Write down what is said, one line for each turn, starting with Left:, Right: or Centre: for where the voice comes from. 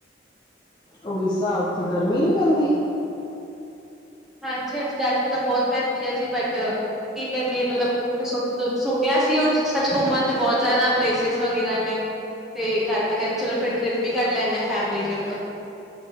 Left: ਉੜੀਸਾ ਉੱਥੇ ਗਰਮੀ ਨੀ ਪੈਂਦੀ?
Centre: ਹਾਂਜੀ-ਹਾਂਜੀ ਗਰਮੀ ਤਾਂ ਬਹੁਤ ਪੈਂਦੀ ਹੈ ਜੀ ਬਟ ਕੀ ਕਰੀਏ ਮਤਲਬ <unintelligible> ਸੁਣਿਆ ਸੀ <unintelligible> ਘੁੰਮਣ ਤੇ ਬਹੁਤ ਜ਼ਿਆਦਾ ਪਲੇਸਿਸ ਵਗੈਰਾ ਨੇ। ਤੇ ਕਰਦੇ ਕਹਿੰਦੇ ਚਲੋ ਫਿਰ ਟਰਿਪ ਹੀ ਕਰ ਲੈਂਨਦੇ ਆਂ, ਫੈਮਿਲੀ ਟ੍ਰਿਪ।